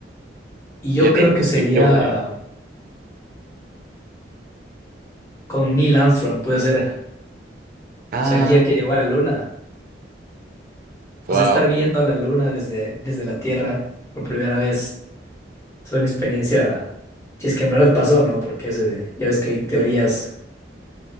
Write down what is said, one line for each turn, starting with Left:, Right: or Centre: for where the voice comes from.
Left: Y yo
Right: ¿Y a ti
Left: creo que sería.
Right: qué te gustaría?
Left: con Neil Armstrong, puede ser.
Right: Ah,
Left: O sea, el día que llegó a la luna.
Right: wow.
Left: O sea, estar viendo a la luna desde, desde la Tierra por primera vez es una experiencia, si es que en verdad pasó, ¿no? Porque ese- ya ves que hay teorías